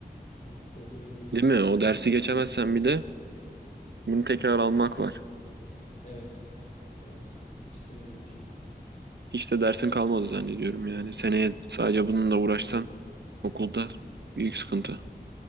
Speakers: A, on the left; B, on the right.
A: Düşük de olsa beni geçirmelerini
B: Değil mi? O
A: isterim.
B: dersi geçemezsen bir de bunu tekrar almak var.
A: Evet. Evet. Hiç istemediğim bir şey.
B: Hiç de dersin kalmadı zannediyorum yani. Seneye sadece bununla uğraşsan okulda büyük sıkıntı.